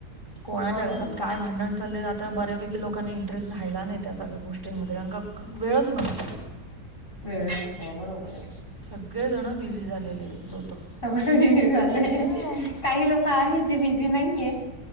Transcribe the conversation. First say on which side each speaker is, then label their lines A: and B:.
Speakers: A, on the right (about 30°); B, on the left (about 30°).
A: कोणाच्या
B: बरोबर
A: घरात
B: आहे.
A: काय? भांडण चाललेलं आता बऱ्यापैकी लोकांनी इंटरेस्ट राहिला नाही त्या सगळ्या गोष्टींमध्ये कारण का वेळच नसतो.
B: वेळ नसतो होय बरोबर आहे.
A: सगळेजण बिझी झालेले आहेत जो तो
B: सगळ बिझी झालं
A: हो
B: काही लोक आहेत जे बिझी नाहीेयेत.